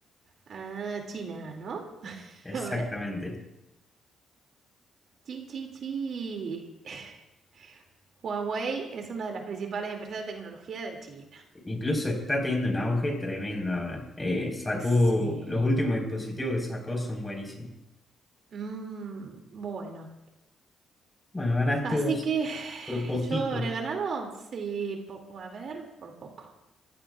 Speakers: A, on the right; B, on the left.
A: Ah, China, ¿no? <laughs>
B: exactamente.
A: A ver. Chi, chi, chi. <laughs> Huawei es una de las principales empresas de tecnología de China.
B: Incluso está teniendo un auge tremendo ahora. Eh, sacó,
A: Sí.
B: los últimos dispositivos que sacó son buenísimos.
A: Mm, bueno.
B: Bueno, ganaste
A: Así
B: vos
A: que
B: por poquito.
A: yo habré ganado. Sí, po- a ver, por poco.